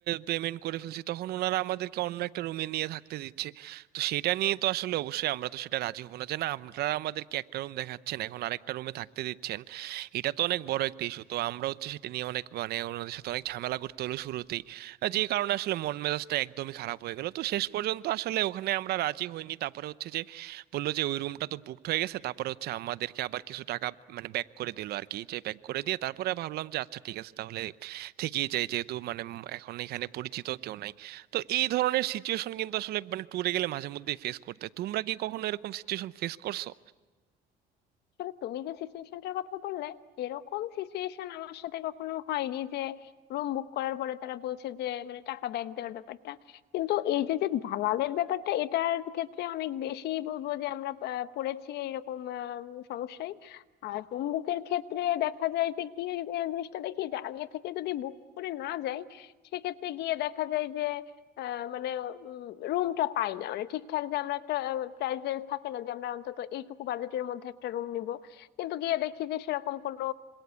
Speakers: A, on the right (about 70°); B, on the left (about 75°).
A: পেমেন্ট করে ফেলেছি তখন ওনারা আমাদেরকে অন্য একটা রুমে নিয়ে থাকতে দিচ্ছে তো সেটা নিয়ে তো আসলে অবশ্যই আমরা তো সেটা রাজি হবো না যে না আপনারা আমাদেরকে একটা রুম দেখাচ্ছেন এখন আরেকটা রুমে থাকতে দিচ্ছেন এটা তো অনেক বড় একটা ইস্যু তো আমরা হচ্ছে সেটা নিয়ে অনেক মানে ওনাদের সাথে অনেক ঝামেলা করতে হলো শুরুতেই আর যে কারণে আসলে মন মেজাজটা একদমই খারাপ হয়ে গেল তো শেষ পর্যন্ত আসলে ওখানে আমরা রাজি হইনি তারপরে হচ্ছে যে বললো যে ওই রুমটা তো বুকড হয়ে গেছে তারপরে হচ্ছে আমাদেরকে আবার কিছু টাকা মানে ব্যাক করে দিল আর কি যে ব্যাক করে দিয়ে তারপরে ভাবলাম যে আচ্ছা ঠিক আছে তাহলে থেকেই যাই যেহেতু মানে উম এখন এখানে পরিচিত কেউ নাই তো এই ধরনের সিচুয়েশন কিন্তু আসলে মানে ট্যুরে গেলে মাঝে মধ্যেই ফেস করতে তোমরা কি কখনো এরকম সিচুয়েশন ফেস করছো
B: আসলে তুমি যে সিচুয়েশনটার কথা বললে এরকম সিচুয়েশন আমার সাথে কখনো হয়নি যে রুম বুক করার পরে তারা বলছে যে মানে টাকা ব্যাক দেওয়ার ব্যাপারটা কিন্তু এই যে যে দালালের ব্যাপারটা এটার ক্ষেত্রে অনেক বেশি বলবো যে আমরা আহ, পড়েছি এইরকম আহ, সমস্যায় আর রুম বুকের ক্ষেত্রে দেখা যায় যে গিয়ে যে জিনিসটা দেখি যে আগে থেকে যদি বুক করে না যাই সেক্ষেত্রে গিয়ে দেখা যায় যে আহ, মানে রুমটা পাই না মানে ঠিকঠাক যে আমরা একটা প্রাইস রেঞ্জ থাকে না যে আমরা অন্তত এইটুকু বাজেটের মধ্যে একটা রুম নিব কিন্তু গিয়ে দেখি যে সেরকম কোনো